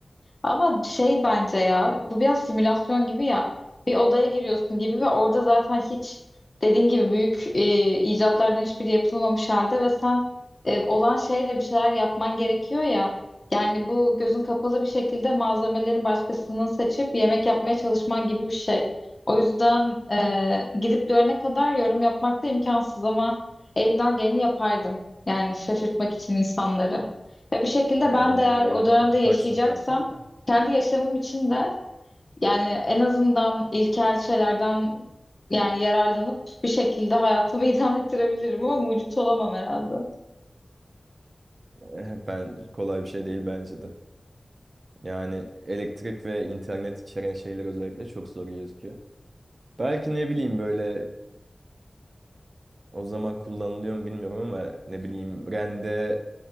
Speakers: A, on the left; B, on the right.
A: Ama şey bence ya bu biraz simülasyon gibi ya bir odaya giriyorsun gibi ve orada zaten hiç dediğin gibi büyük e, icatlardan hiçbiri yapılmamış halde ve sen e, olan şeyle bir şeyler yapman gerekiyor ya. Yani bu gözün kapalı bir şekilde malzemelerin başkasının seçip yemek yapmaya çalışman gibi bir şey. O yüzden e, gidip görene kadar yorum yapmak da imkansız ama elimden geleni yapardım. Yani şaşırtmak için insanları. Ve bir şekilde
B: Ya
A: ben
B: elinden
A: de eğer
B: geleni
A: o dönemde
B: yaparsın
A: yaşayacaksam
B: zaten de.
A: kendi yaşamım için de yani en azından ilkel şeylerden yani yararlanıp bir şekilde hayatımı <laughs> idame ettirebilirim ama mucit olamam herhalde.
B: Eh, Ben kolay bir şey değil bence de. Yani elektrik ve internet içeren şeyler özellikle çok zor gözüküyor. Belki ne bileyim böyle o zaman kullanılıyor mu bilmiyorum ama ne bileyim rende